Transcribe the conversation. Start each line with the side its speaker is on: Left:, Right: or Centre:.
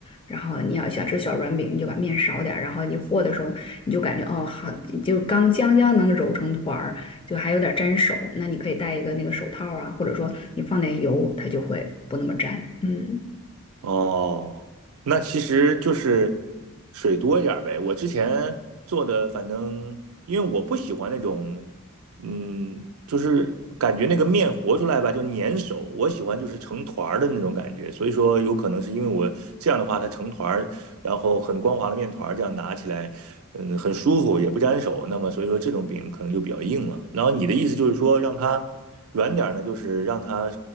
Left: 然后你要想吃小软饼，你就把面少点儿，然后你和的时候你就感觉哦好，就刚将将能揉成团儿，就还有点粘手。那你可以戴一个那个手套啊，或者说你放点油，它就会不那么粘。嗯。
Right: 哦，那其实就是水多一点儿呗。我之前做的，反正因为我不喜欢那种，嗯，就是感觉那个面和出来吧，就粘手。我喜欢就是成团儿的那种感觉，所以说有可能是因为我这样的话，它成团儿然后很光滑的面团这样拿起来，嗯，很舒服，也不粘手。那么所以说这种饼可能就比较硬了。然后你的意思就是说让它软点呢，就是让它